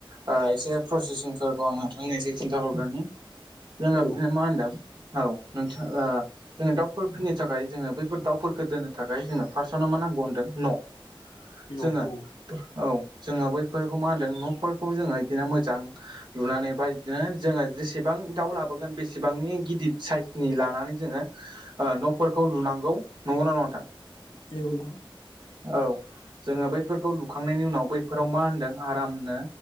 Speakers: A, on the right; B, on the left.
A: ओ एसे प्रसेसिंफोरखौ आं नोंथांनो एसे खिन्थाहरग्रोनि जोङो
B: औ
A: बिदिनो मा होनदों? औ नोंथां ओ जोङो दाउफोर फिनो थाखाय जोङो बैफोर दाउफोरखो दोनो थाखाय जोंनो फार्सआवनो मा नांगौ होनदों? न'
B: न
A: जोङो
B: औ
A: औ जोङो बैफोरखौ मा होनदों न'फोरखौ जोङो इदिनो मोजां लुनानै बा इदिनो जोङो जेसेबां दाउ लाबोगोन बेसेबांनि गिदद साइसनि लानानै जोङो ओ न'फोरखौ लुनांगौ नंगौना नङा नोंथां?
B: <unintelligible>
A: औ जोङो बैफोरखौ लुखांनायनि उनाव बैफोराव मा होनदों आरामनो